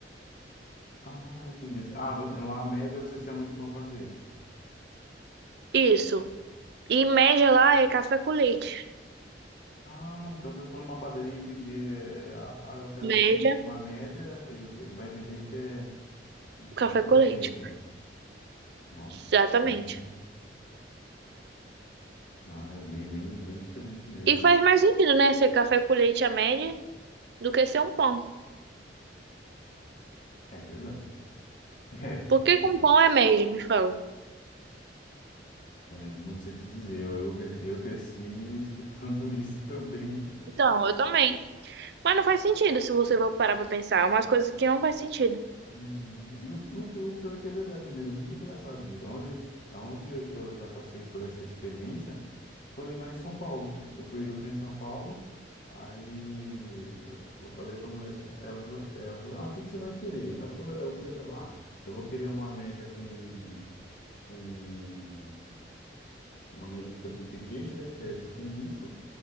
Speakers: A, on the left; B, on the right.
A: Ah, entendi. Ah, você- lá a média vocês chamam de pão francês.
B: Isso. E média lá é café com leite.
A: Ah, então se eu for numa padaria e pedir, é, ah, eu quero
B: Média,
A: um- uma média, ele, ele vai entender que é,
B: café
A: é pão
B: com
A: com
B: leite.
A: leite. Nossa,
B: Exatamente.
A: que diferente, né? Ah, é bem, bem, bem diferente mesmo.
B: E faz mais sentido, né? Ser café com leite a média do que ser um pão.
A: É verdade. <laughs>
B: Por que que um pão é média, me fala?
A: É, é, não sei te dizer, eu, eu, cre- eu cresci escutando <laughs> isso também
B: Então, eu também. Mas não faz sentido se você for parar pra pensar. é Umas coisas que não faz sentido.
A: Uhum. E o, o, o pior é que é verdade mesmo, é muito engraçado isso. aonde aonde eu, eu já passei por essa experiência foi lá em São Paulo. Eu fui, eu fui em São Paulo, aí eu, eu falei para a mulher assim, ela, falou- ela falou, ah, o que que você vai querer? Eu falei, eu falei para ela, ah, eu vou querer uma média com, com uma média com presunto e queijo, né, que seria tipo um misto,